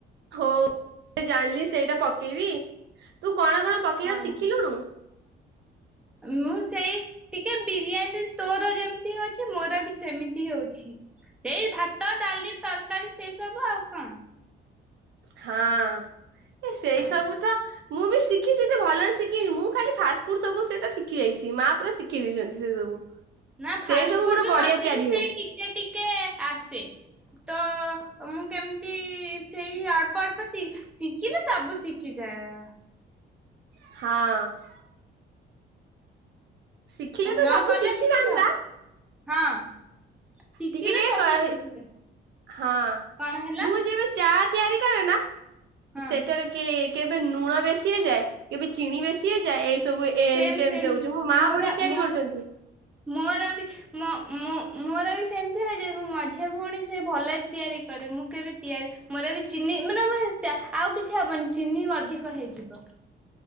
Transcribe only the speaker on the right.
ହଉ ଜାଣିଲି ସେଇଟା ପକେଇବି ତୁ କଣ କଣ ପକେଇବା
ଶିଖିଲୁୁନୁ?
ହଁ ଏ ସେଇ ସବୁ ତ ମୁଁ ବି ଶିଖିଛି ଭଲରେ ଶିଖିନି ମୁଁ ଖାଲି ଫାଷ୍ଟ ଫୁଡ ସବୁ ସେଇଟା ଶିଖି ଯାଇଛି ମା ପୁରା ସି ଖି ଦେଇଛନ୍ତି ସେ ସବୁ
ସେଇ ସବୁ
ମୋର
ବଢିଆ
ତିଆରି
ହୁଏ
ହଁ। ଶିଖିଲେ ତ
ସବୁ
ଶିଖିଯାଆନ୍ତା
ଟିକେ ଟିକେ
କରେ
ହଁ
ମୁଁ ଯେବେ ଚା ତିଆରି କରେ ନା
ସେଠାରେ କେ କେବେ ଲୁଣ ବେଶି ଯାଏ କେବେ ଚିିନ ବେଶି ଯାଏ ଏଇ ସବୁ ଏ
ଏମିତି
ଏମିତି ହଉଛି ମୋ ମା
ବଢିଆ ତିଆରି
କରୁଛନ୍ତି।